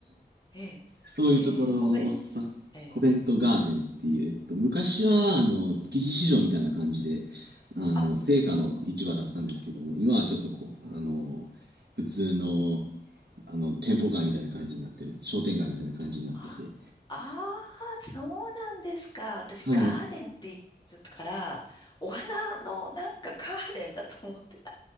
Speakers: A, on the left; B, on the right.
A: ええ。
B: そういうところをさ、
A: へえ、コベン、ええ。
B: コベントガーデンっていう、えっと、昔はあの築地市場みたいな感じで、
A: うーん。
B: あの青果の市場だったんですけども、
A: あ、
B: 今はちょっとこう、あの普通のあの店舗街みたいな感じになってる、商店街みたいな感じになってて、
A: あ、ああ、そうなんですか。私、
B: はい。
A: ガーデンって言ってたから、お花のなんかガーデンだと思ってた。